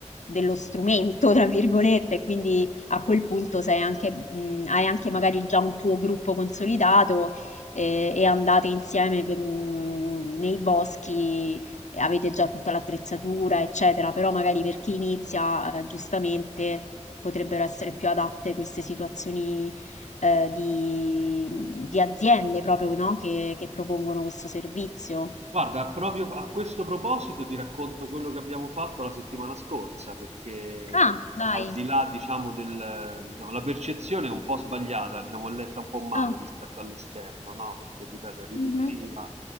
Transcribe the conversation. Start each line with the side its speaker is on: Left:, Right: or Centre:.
Left: dello strumento, tra virgolette, e quindi a quel punto sei anche, mh, hai anche magari già un tuo gruppo consolidato eh, e andate insieme per- mh, nei boschi, e avete già tutta l'attrezzatura, eccetera, però magari per chi inizia, eh, giustamente, potrebbero essere più adatte queste situazioni eh, di, di aziende proprio, no? Che, che propongono questo servizio.
Right: Guarda, proprio a questo proposito ti racconto quello che abbiamo fatto la settimana scorsa, perché
Left: Ah, dai.
Right: al di là, diciamo, del, diciamo, la percezione è un po' sbagliata, diciamo, è letta un po' male
Left: Ah,
Right: rispetto all'esterno, no? Perché, ripeto, è riduttiva.
Left: mhm.